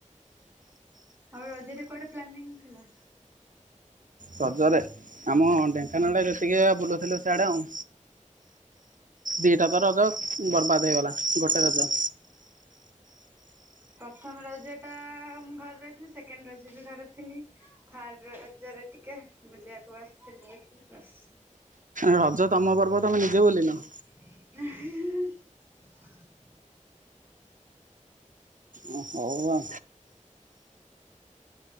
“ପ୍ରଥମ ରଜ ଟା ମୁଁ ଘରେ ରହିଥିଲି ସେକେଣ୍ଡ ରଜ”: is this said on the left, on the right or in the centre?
Right